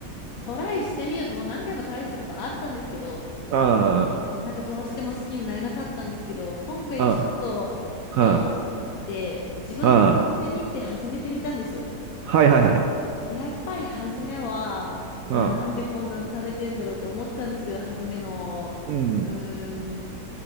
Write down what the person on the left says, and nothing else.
トライしてみようと、もう何回もトライしたことあったんですけど、
なんかどうしても好きになれなかったんですけど、今回ちょっと、
と思っ
て、自分で買ってみて始めてみたんですよ。
やっぱり初めは、いや、
なんでこんなの食べてんだろうって思ってたんですけど、初めの、
うん。ーん、2